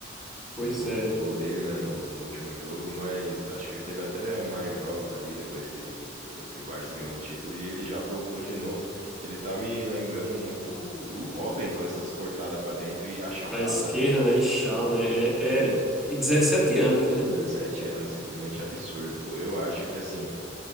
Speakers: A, in the centre; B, on the right.
A: Pois
B: um gol,
A: é.
B: gol dele, né, no, no último jogo, mas acho que ele teve até mais jogos ali depois que, depois que o Barça ganhou o título e ele já brocou de novo. Ele tá me lembrando muito o Robin com essas cortadas pra dentro e a chapada.
A: Para a esquerda, né? E Shaw,
B: Pô,
A: né?
B: daí,
A: É, é. E 17
B: daí
A: anos, né?
B: 17 anos, simplesmente absurdo, pô. Eu acho que assim,